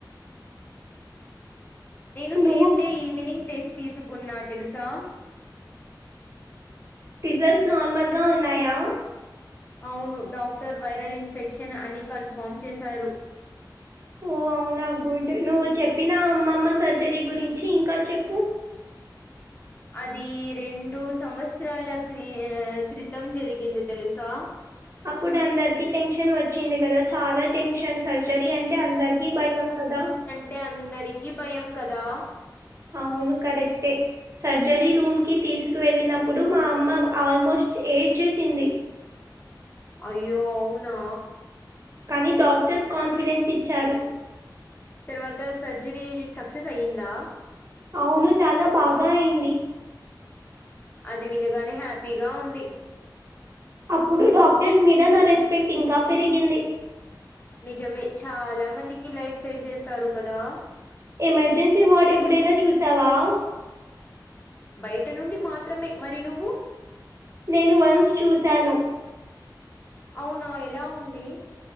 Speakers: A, on the left; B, on the right.
A: నేను
B: నువ్వు
A: సేమ్ డే ఈవినింగ్ తె తీసుకున్నా తెలుసా
B: టిజల్స్ నార్మల్ గా ఉన్నాయా
A: అవును డాక్టర్ వైరల్ ఇన్ఫెక్షన్ అని కన్ఫర్మ్ చేసారు
B: ఓ అవునా గుడ్ నువ్వు చెప్పినా అమ్మమ్మ సర్జరీ గురించి ఇంకా చెప్పు
A: అదీ రెండూ సంవత్సరాల క్రి క్రితం జరిగింది తెలుసా
B: అప్పుడు అందరికి టెన్షన్ వచ్చింది కదా చాలా టెన్షన్ సర్జరీ అంటే అందరికిీ భయం కదా
A: టె అందరికీ భయం కదా
B: అవును కరెక్టే సర్జరీ రూమ్కి తీసుకు వెళ్ళినప్పుడు మా అమ్మ ఆల్మోస్ట్ ఏడ్ చేసింది
A: అయ్యో అవునా
B: కని డాక్టర్స్ కాన్ఫిడెన్స్ ఇచ్చారు
A: తర్వాత సర్జరీ సక్సెస్ అయ్యిందా
B: అవును చాలా బాగా అయింది
A: అది వినగానే హ్యాపీగా ఉంది.
B: అప్పుడు డాక్టర్స్ మీద నా రెస్పెక్ట్ ఇంకా పెరిగింది
A: నిజమే చాలా మందికి లైఫ్ సేవ్ చేస్తారు. కదా
B: ఎమర్జెన్సీ వార్డ్ ఎప్పుడైన చూసావా
A: బయట నుండి మాత్రమే మరి నువ్వు
B: నేను వన్స్ చూసాను
A: అవునా ఎలా ఉంది.